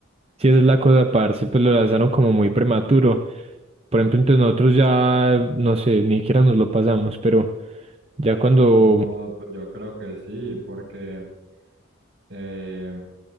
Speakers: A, on the right; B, on the right.
A: Sí, esa es la cosa, parce, pues lo lanzaron como muy prematuro. Por ejemplo, entonces nosotros ya, no sé, ni siquiera nos lo pasamos, pero ya cuando...
B: No, pues yo creo que sí, porque... Eh,